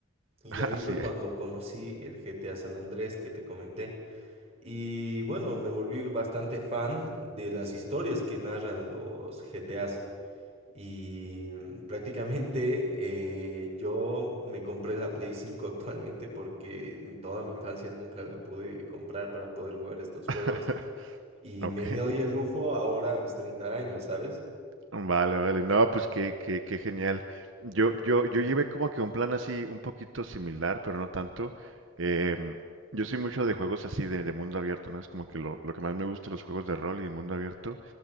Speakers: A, on the right; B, on the right.
A: Y
B: <laughs>
A: ahí fue cuando
B: Así
A: conocí el GTA San Andrés que te comenté. Y bueno, me volví bastante fan de las historias que narran los GTAs. Y mm, prácticamente eh, yo me compré la Play 5 actualmente porque en toda mi infancia nunca la pude comprar para poder jugar estos juegos.
B: <laughs>
A: Y
B: Ok,
A: me doy el lujo ahora a mis 30 años, ¿sabes?
B: vale, vale. No, pues qué, qué, qué genial. Yo, yo, yo llevé como que un plan así un poquito similar, pero no tanto. Em, yo soy mucho de juegos así de, de mundo abierto, ¿no? Es como que lo, lo que más me gusta, los juegos de rol y de mundo abierto.